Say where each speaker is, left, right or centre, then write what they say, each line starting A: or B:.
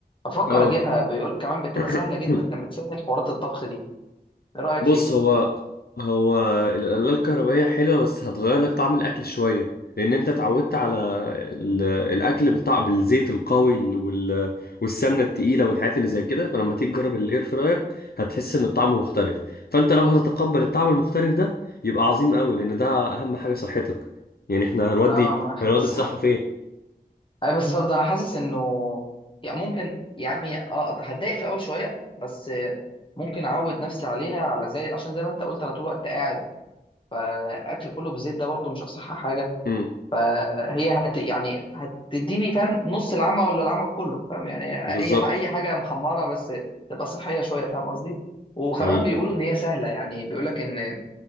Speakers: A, on the left; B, on the left.
A: افكر
B: اه
A: اجيبها بيقول كمان بتبقى
B: <clears throat>
A: سهله جدا بتسهل حوارات الطبخ دي ايه رايك
B: بص
A: فيه
B: هو هو القلاية الكهربائية حلوة بس هتغير لك طعم الأكل شوية لأن أنت اتعودت على ال- الأكل بالطعم بالزيت القوي ال- وال- والسمنة التقيلة والحاجات اللي زي كده فلما تيجي تجرب الإير فراير هتحس إن الطعم مختلف فأنت لو هتتقبل الطعم المختلف ده يبقى عظيم قوي لأن ده أهم حاجة صحتك يعني إحنا هنودي
A: اه ما انا حاسس
B: هنودي الصحة فين؟
A: اي بالظبط انا حاسس انه يعني ممكن يعني اه هتضايق في اول شويه بس آه، ممكن اعود نفسي عليها على زي عشان زي ما انت قلت انا طول الوقت قاعد فاكل كله بالزيت ده برضو مش اصح حاجه
B: امم
A: فهي هت يعني هتديني فاهم نص العمى ولا العمى كله فاهم يعني
B: بالظبط
A: اي ح- اي حاجه محمره بس تبقى صحيه شويه فاهم قصدي وكمان
B: حقيقي
A: بيقولوا ان هي سهله يعني بيقول لك ان